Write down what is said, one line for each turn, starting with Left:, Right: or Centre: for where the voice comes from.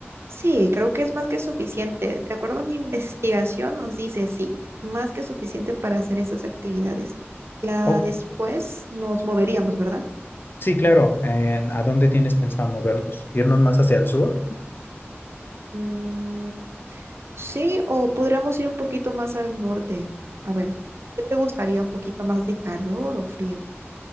Right: Sí, creo que es más que suficiente. De acuerdo a mi investigación, nos dice sí, más que suficiente para hacer esas actividades. Ya
Left: O-
Right: después nos moveríamos, ¿verdad?
Left: sí, claro. eh, ¿a dónde tienes pensado movernos? ¿Irnos más hacia el sur?
Right: Mm, sí, o podríamos ir un poquito más al norte. A ver, ¿qué te gustaría? ¿Un poquito más de calor o frío?